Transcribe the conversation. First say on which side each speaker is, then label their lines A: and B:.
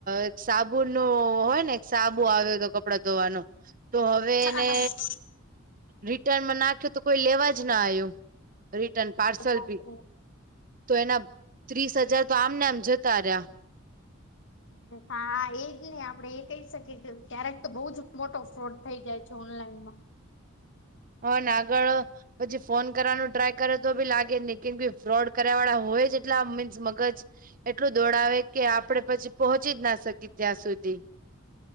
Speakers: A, on the right; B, on the left.
A: એક સાબુ ન હોય ને એક સાબુ આવ્યો હતો કપડા ધોવાનો. તો હવે એને
B: અરે
A: રિટર્નમાં નાખ્યો તો કોઈ લેવા જ ના આયો. રિટર્ન પાર્સલ
B: બાપરે
A: ભી તો એના ત્રીસ હજાર તો આમને આમ જતા રહ્યા.
B: હા એજ ને આપડે એ કહી શકીએ કે ક્યારેક તો બહુ જ મોટો ફ્રોડ થઈ જાય છે, ઓનલાઈનમાં.
A: હવે નાગળ. પછી ફોન કરવાનું ટ્રાય કરે તો ભી લાગે જ નહી કેમ કે ફ્રોડ કર્યા વાળા હોય જ એટલા મીન્સ મગજ. એટલું દોડાવે કે આપડે પછી પહોંચી જ ના શકીએ ત્યાં સુધી.